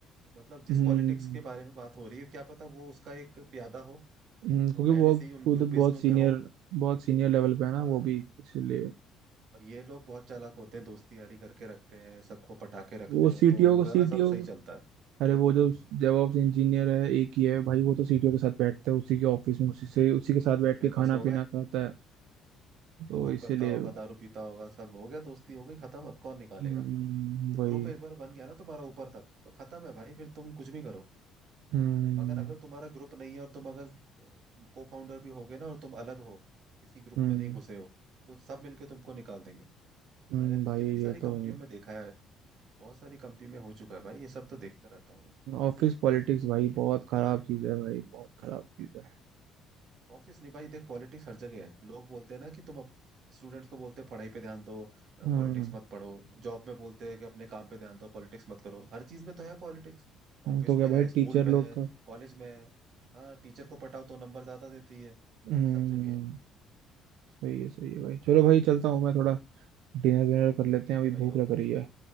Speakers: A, on the right; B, on the right.
A: मतलब जिस
B: हम्म
A: पॉलिटिक्स के बारे में बात हो रही है क्या पता वो उसका एक प्यादा हो
B: हम्म, क्योंकि
A: वो पहले
B: वो
A: से ही उन
B: खुद
A: ग्रुपिज्म
B: बहुत सीनियर
A: में हो
B: बहुत सीनियर लेवल पे है ना
A: हाँ
B: वो भी इसीलिए
A: और ये लोग बहुत चालाक होते हैं दोस्ती यारी करके रखते हैं सबको पटाके रखते
B: वो सीटीओ
A: हैं तो उनका
B: को सीटीओ
A: ना सब सही चलता है
B: अरे वो जो डेवऑप्स इंजीनियर है एक ही है भाई वो तो सीटीओ
A: हम्म
B: के साथ बैठता है उसी के ऑफिस में उसी से उसी के साथ
A: हाँ तो
B: बैठ
A: फिर
B: के
A: बस
B: खाना
A: हो गया
B: पीना खाता है तो
A: स्मोक
B: इसीलिए
A: करता होगा दारू पीता होगा सब हो गया दोस्ती हो गई खत्म अब कौन निकालेगा
B: हम्म, वही
A: ग्रुप एक बार बन गया ना तुम्हारा ऊपर तक तो खत्म है भाई फिर तुम कुछ भी करो
B: हम्म
A: मगर अगर तुम्हारा ग्रुप नहीं है और तुम अगर को फाउंडर भी हो गए ना और तुम अलग हो किसी ग्रुप
B: हम्म
A: में नहीं घुसे हो तो सब मिलके तुमको निकाल देंगे
B: हम्म,
A: मैंने
B: भाई
A: कितनी
B: ये
A: सारी कंपनियों
B: तो है
A: में देखा है बहुत सारी कंपनियों में हो चुका है भाई ये सब तो देखता रहता हूँ मैं
B: ऑफिस पॉलिटिक्स भाई
A: नहीं एग्जाम्पल
B: बहुत खराब
A: है हम्म
B: चीज है भाई बहुत खराब चीज है
A: ऑफिस नहीं भाई देख पॉलिटिक्स हर जगह है लोग बोलते हैं ना कि तुम अब स्टूडेंट्स को बोलते हैं पढ़ाई पे ध्यान दो
B: हम्म
A: पॉलिटिक्स मत पढ़ो जॉब में बोलते हैं कि अपने काम पे ध्यान दो पॉलिटिक्स मत करो हर चीज में तो है पॉलिटिक्स
B: हम्म,
A: ऑफिस
B: तो क्या
A: में
B: भाई
A: है स्कूल
B: टीचर लोग
A: में है
B: का
A: कॉलेज में है हाँ टीचर को पटाओ तो नंबर ज्यादा देती है
B: हम्म
A: भाई सब जगह है वो।
B: सही है सही है भाई चलो भाई चलता हूँ मैं थोड़ा डिनर विनर कर लेते
A: ठीक
B: हैं अभी
A: है भाई
B: भूख लग रही है